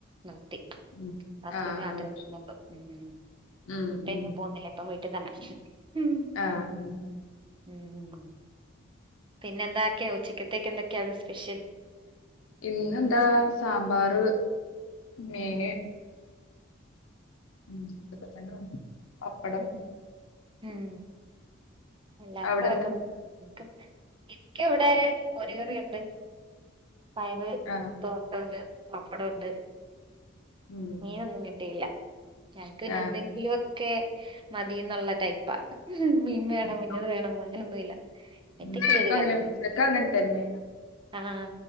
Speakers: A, on the right; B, on the left.
A: നിർത്തി
B: ഉം
A: ഹസ്ബൻറ്റ്
B: ആഹ്
A: മാത്രേപോവുന്നുള്ളു
B: ആഹ്
A: ഉം
B: ഉം
A: ഇപ്പേ
B: ഉം
A: ഞാൻപോവുന്നില്ല ഇപ്പ വീട്ടി തന്നെ മം
B: ആഹ് ഉം
A: ഉം പിന്നെ എന്തൊക്കെയോ ഉച്ചിക്കത്തേക്ക് എന്തൊക്കെയാ സ്പെഷ്യൽ
B: ഇന്ന് എന്താ സാമ്പാർ മീന് ഉം അതക്ക തന്നെ പപ്പടം
A: ഉം എല്ലർക്കും
B: അവിടെന്താ?
A: അതൊക്ക ഇക് ഇക് ഇവിടെ മോര് കറിയുണ്ട് പയർ
B: ആഹ്
A: തോട്ടുണ്ട് പപ്പടംണ്ട്
B: ഉം
A: മീനൊന്നും കിട്ടില്ല ഞക്ക് പിന്നെന്തെങ്കിലും
B: ആഹ്
A: ഒക്കെ മതിന്നുള്ള ടൈപ്പാ ഉം മീനും
B: ഉം
A: ഇന്നത് വേണം അങ്ങനൊന്നും ഇല്ല എന്തൊക്കിലും
B: ഇവടക്കങ്ങനെ
A: ഒരു കറിമതി
B: ഉച്ചക്കങ്ങൻ തന്നെ
A: ആഹ്